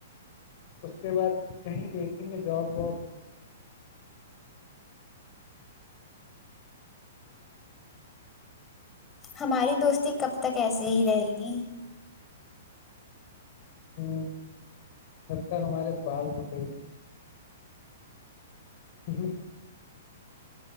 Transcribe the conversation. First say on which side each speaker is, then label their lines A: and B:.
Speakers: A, on the left; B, on the left.
A: اس کے بعد کہیں دیکھیں گے جاب وااب
B: ہماری دوستی کب تک ایسے ہی رہے گی
A: ہ جب تک ہمارے بال تھھکے ہو تھ جی